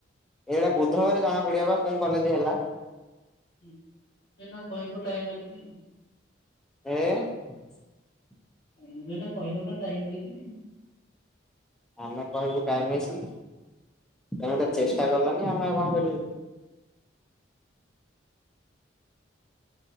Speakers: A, in the centre; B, on the left (about 60°).
A: ଏଇଟା ବୁଧବାର ଜଣା ପଡିବ ବା କୋଉ କଲେଜ ହେଲା?
B: ହଁ ନା କହିବ ଟାଇ ମାରିକି ଆଉ
A: <unintelligible>
B: ଏଇନା କହିବ ନା ଟାଇମରିକି।
A: ଆମେ କହିବୁ ଟାଇମ ଅଛି ତମେ ତ ଚେଷ୍ଟା କଲନି ଆମେ ଆଉ କଣ କରିବୁ?